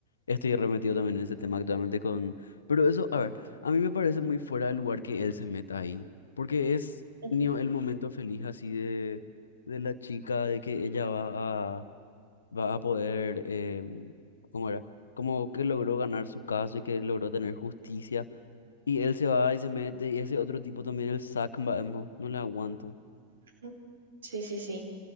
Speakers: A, on the left; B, on the right.
A: estoy remetido también en ese tema actualmente con... Pero eso, a ver, a mí me parece muy fuera de lugar que él se meta ahí. Porque es
B: ujú,
A: ni el momento feliz así de, de la chica, de que ella va va a poder, eh, ¿cómo era? Como que logró ganar su caso y que logró tener justicia. Y él se va y se mete, y ese otro tipo también, el Zack, va- no, no le aguanto.
B: ujú. Sí, sí, sí.